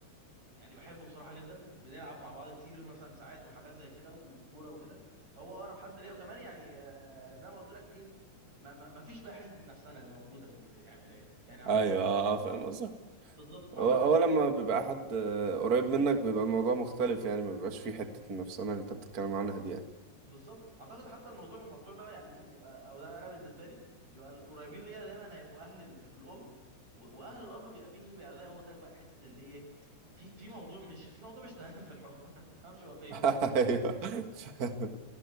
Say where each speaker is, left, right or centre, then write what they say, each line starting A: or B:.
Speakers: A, on the right; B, on the right.
A: يعني بحبه بصراحه جدا بنلعب مع بعض كتير مثلا ساعات وحاجات زي كده وكوره وكده هو اقرب حد ليا وكمان يعني آه، زي ما قلت لك ايه ما, ما ما فيش بقى حته النفسانه اللي موجوده في ال- في يعني في العيله يعني عامه
B: ايوه اه فاهم قصدك
A: بالظبط وعامه
B: هو هو
A: انا بحب
B: لما بيبقى حد آه، قريب منك بيبقى الموضوع مختلف يعني ما بيبقاش فيه حتة النفسانة اللي انت بتتكلم عنها دي يعني
A: بالظبط اعتقد حتى الموضوع الموضوع ده يعني مو- بيبقى او ده انا بالنسبه لي بيبقى القريبين ليا دايما هيبقوا اهل ال- الام و- واهل الاب بيبقى فيه ايه بقى زي ما قلت لك بقى حته الايه في في موضوع مش في موضوع مش <laughs> تمام في الحوار <laughs> ما تفهمش هو فين
B: <laughs> ايوه فاهم.